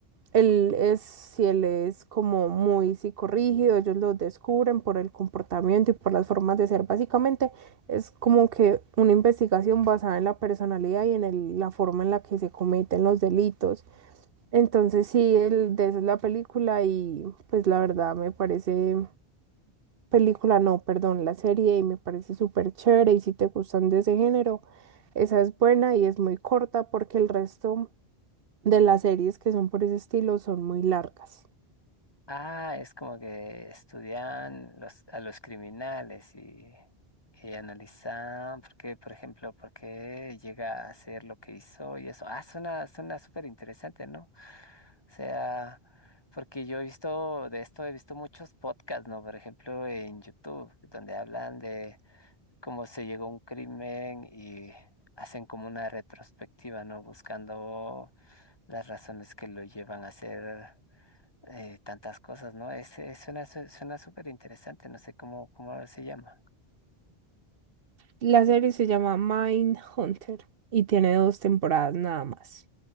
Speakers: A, on the right; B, on the left.
A: él es, si él es como muy psicorrígido, ellos lo descubren por el comportamiento y por las formas de ser básicamente es como que una investigación basada en la personalidad y en el- la forma en la que se cometen los delitos. Entonces sí, el, de eso es la película y pues la verdad me parece, película no, perdón, la serie y me parece súper chévere y si te gustan de ese género, esa es buena y es muy corta porque el resto de las series que son por ese estilo son muy largas.
B: Ah, es como que estudian los, a los criminales y, y analizan por qué, por ejemplo, por qué llega a hacer lo que hizo y eso. Ah, suena, suena súper interesante, ¿no? O sea, porque yo he visto de esto, he visto muchos podcasts, ¿no? Por ejemplo, en YouTube, donde hablan de cómo se llegó a un crimen y hacen como una retrospectiva, ¿no? Buscando las razones que lo llevan a hacer eh, tantas cosas, ¿no? Es, es- suena, su- suena súper interesante, no sé cómo, cómo se llama.
A: La serie se llama Mind Hunter y tiene dos temporadas nada más.